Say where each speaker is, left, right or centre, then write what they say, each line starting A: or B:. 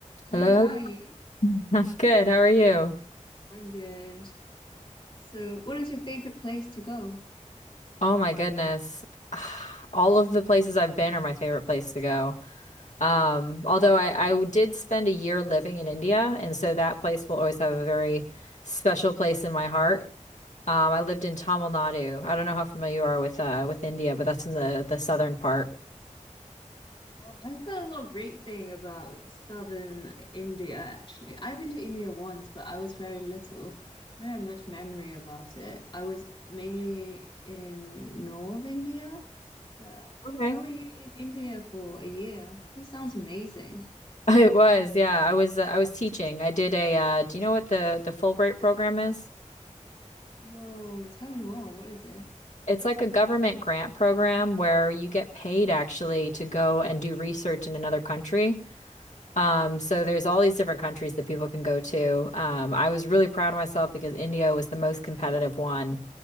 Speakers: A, on the left; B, on the left.
A: Hey,
B: Hello,
A: how
B: hello.
A: are you?
B: <laughs> I'm good. How are you?
A: I'm good. So, what is your favorite place to go?
B: Oh my goodness. <sighs> All of the places I've been are my favorite place to go. Um, although I, I did spend a year living in India, and so that place will always have a very special place in my heart. Um, I lived in Tamil Nadu. I don't know how familiar you are with uh, with India, but that's in the the southern part.
A: Oh, I've heard a lot of great thing about southern India, actually. I've been to India once, but I was very little. I don't have much memory about it. I was mainly in North India, but
B: Okay.
A: why were
B: <laughs>
A: you in India for a year? This sounds amazing.
B: It was, yeah. I was uh, I was teaching. I did a uh, do you know what the the Fulbright program is?
A: No, tell me more. What is it?
B: It's like a government grant program where you get paid actually to go and do research in another country. Um, so there's all these different countries that people can go to. Um, I was really proud of myself because India was the most competitive one.